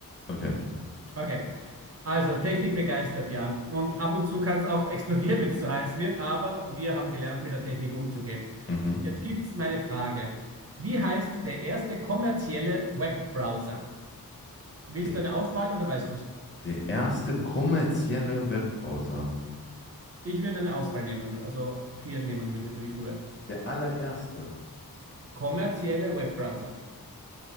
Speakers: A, on the left; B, on the right.
A: Okay.
B: Okay. Also, Technik begeistert, ja. Und ab und zu kann es auch <laughs> explodieren, wenn es zu heiß wird, aber wir haben gelernt, mit der Technik umzugehen.
A: Mhm.
B: Jetzt gibt's meine Frage. Wie heißt der erste kommerzielle Webbrowser? Willst
A: Der
B: du eine Auswahl oder weißt du es?
A: Der erste kommerzielle Webbrowser.
B: Ich würde eine Auswahl nehmen, also vier nehmen, wenn, du- wenn ich du wäre.
A: Der allererste.
B: Kommerzielle Webbrowser.